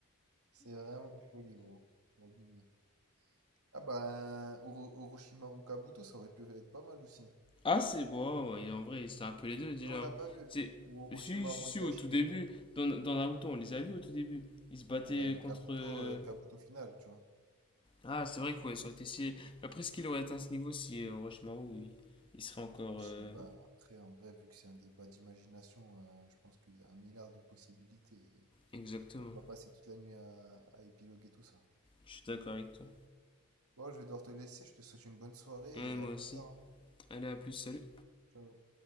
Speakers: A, on the right (about 80°); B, on the left (about 25°).
A: C'est vraiment une folie, gros. C'est Abusé. Ah bah, un Oro- Orochimaru Kabuto, ça aurait pu être pas mal aussi.
B: Ah, c'est bon, et en vrai, c'était un peu les deux déjà.
A: Mais on l'a pas vu.
B: C'est,
A: Ou Orochimaru
B: si, si, si,
A: Itachi,
B: au tout début,
A: tu vois.
B: dans, dans Naruto, on les a vus au tout début. Ils se battaient
A: Ouais, mais
B: contre.
A: Kabuto,
B: euh,
A: euh, Kabuto final, tu vois.
B: Ah, c'est vrai quoi, ça aurait été si. Après, est-ce qu'il aurait atteint ce niveau si euh, Orochimaru, il, il serait encore.
A: Je
B: euh,
A: sais pas. Après, en vrai, vu que c'est un débat d'imagination, euh, je pense qu'il y a un milliard de possibilités. Et
B: Exactement.
A: On va pas passer toute la nuit à, à épiloguer tout ça.
B: Je suis d'accord avec toi.
A: Bon, je vais devoir te laisser. Je te souhaite une bonne soirée
B: Ouais,
A: et
B: moi
A: à plus
B: aussi.
A: tard. hein.
B: Allez, à plus, salut.
A: Ciao.